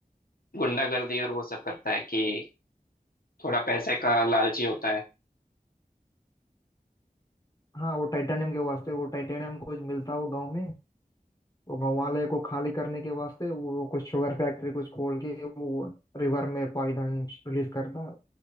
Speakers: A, on the left; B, on the left.
A: गुंडागर्दी और वो सब करता है कि थोड़ा पैसे का लालची होता है
B: हाँ वो टाइटेनियम के वास्ते वो टाइटेनियम कुछ मिलता वो गांव में वो गांव वाले को खाली करने के वास्ते वो, वो कुछ शुगर फैक्ट्री कुछ खोल के वो रिवर में पॉइजन रिलीज करता